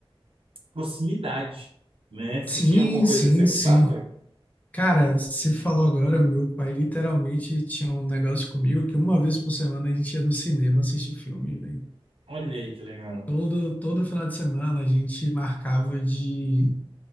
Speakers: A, on the right; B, on the left.
A: proximidade, né? Você
B: Sim,
A: tinha alguma coisa
B: sim,
A: que você
B: sim.
A: gostava?
B: Cara, você falou agora, meu pai literalmente tinha um negócio comigo que uma vez por semana a gente ia no cinema assistir filme, velho.
A: Olha aí que legal.
B: Todo, todo final de semana a gente marcava de,